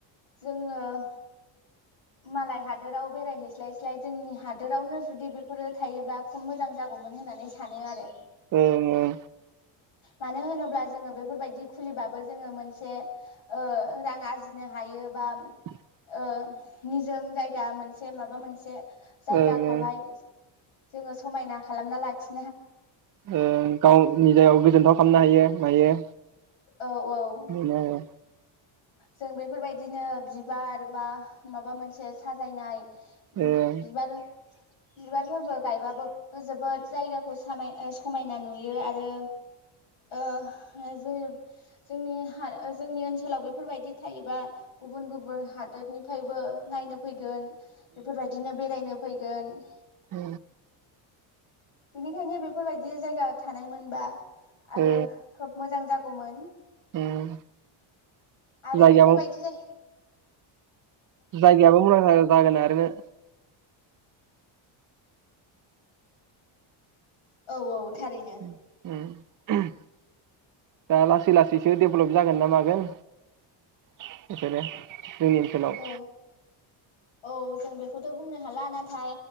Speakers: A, on the left; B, on the right.
A: जोङो ओ मालाय हादोराव बेरायहैस्लायस्लाय जोंनि हादोरावनो जुदि बेफोरो थायोब्ला खम मोजां जागौमोन होननानै सानो आरो।
B: ओं ओं
A: मानो होनोब्ला जोङो बेफोरबायदि खुलिबाबो जोङो मोनसे ओ रां ओ आरजिनो हायो बा
B: <inaudible>
A: ओ निजोम जायगा मोनसे माबा मोनसे जायगाखौहाय
B: ओं ओं
A: जोङो समायना खालामना लाखि
B: ओं गावनि जायाव गोजोन्थाव खाम नो हायो मायो
A: औ औ
B: बेनो आरो
A: जों बेफोरबायदिनो बिबार बा माबा मोनसे साजायनाय उम
B: ओ
A: बिबार बिबारफोरबो गायबाबो जोबोद जायगाखो सामाय ओ समायना नुयो आरो ओ जे जोंनि हार जोंनि ओनसोलाव बे फोरबायदि थायोबा गुबुन गुबुन हादोद निफ्रायबो नायनो फैगोन बेफोरबायदिनो बेरायनो फैगोन <inaudible>
B: औ
A: बेनिखायनो बेफोरबायदि जायगा थानायमोनबा आरो
B: ओ
A: खोब मोजां जागौ गौमोन
B: उम
A: आरो
B: जायगायाबो
A: बेफोर बायदि जे
B: जायगायाबो मुलामफा जागोन आरो
A: औ औ थारैनो
B: उम उम दा लासै लासैसो डेभेलप जागोन ना मागोन बिसोरो जोंनि ओनसोलाव
A: औ औ जों बेखौथ' बुंनो हाला ना थाय